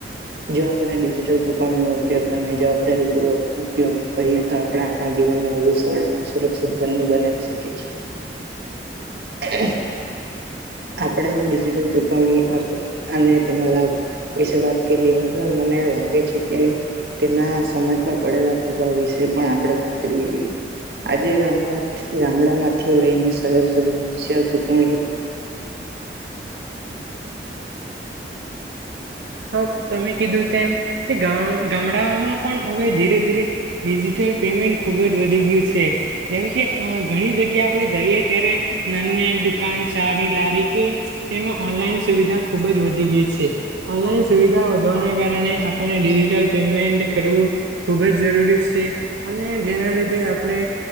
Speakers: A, on the right; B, on the right.
A: જો આપણે ડિજિટલ ચુકવણી ન ઉપયોગ અને જવાબદારી પૂર્વક ઉપયોગ કરીએ તો આપ આપણા જીવનને વધુ સરળ અને સુરક્ષિત બ બનાવી શકીએ છીએ
B: <inaudible>
A: <inaudible>
B: <inaudible>
A: આપણે ડિજિટલ ચુકવણી અર્થ અને તેના લાભ એ વાત કરીએ હવે મને લાગે છે કે તેના સમાજમાં પડેલા પ્રભાવ વિશે પણ આપડે વાત કરવી જોઈએ આજે ગામડા ગામડા માંથી લઈને શહેર સુધીકવણી
B: હા તમે કીધું તેમ કે ગામડાઓમાં પણ હવે ધીરે ધીરે ડિજટલ ખુબ વધી ગયું છે જેમ ઘણી જગ્યા આપણે જઈએ ત્યારે દુકાન ચાર ની લારી કે તેમાં ઓનલાઈન સુવિધા ખુબ જ વધી ગઈ છે ઓનલાઈન સુવિધા વધવાના કારણે આપણને ડિજિટલ પેમેન્ટ કરવું ખુબ જ જરૂરી છે અને જેના લીધે આપણે